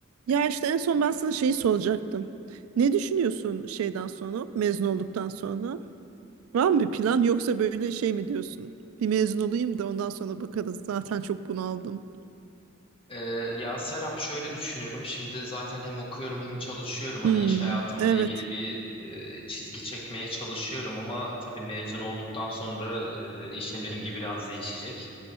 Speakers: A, on the right; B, on the left.
A: Ya işte en son ben sana şeyi soracaktım. Ne düşünüyorsun şeyden sonra, mezun olduktan sonra? Var mı bir plan yoksa böyle şey mi diyorsun? Bir mezun olayım da ondan sonra bakarız. Zaten çok bunaldım.
B: Ee, ya Serap şöyle düşünüyorum. Şimdi zaten hem okuyorum hem çalışıyorum.
A: Hmm,
B: Hani iş hayatımla
A: evet,
B: ilgili bir e, çizgi çekmeye çalışıyorum ama tabii mezun olduktan sonra e, işin <laughs> rengi biraz değişecek.